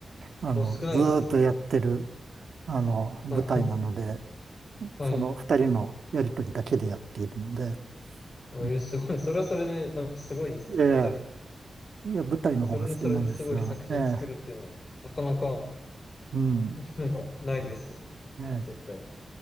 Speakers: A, on the right (about 65°); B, on the left (about 35°).
A: あの、
B: お、少ないですね。
A: ずーっとやってる、あの、舞台なので、
B: はい。<laughs> はい。
A: その二人のやりとりだけでやっているので、
B: おすごい。
A: うん
B: それはそれで、なんかすごいですね。
A: ええ、
B: 二人。
A: いや、舞台の方が好きなんですが、
B: それで、それ、すごい作品作るっていうのは、
A: ええ、
B: なかなか、
A: うん、
B: <laughs> なんか、ないですよね。
A: ええ、
B: 絶対。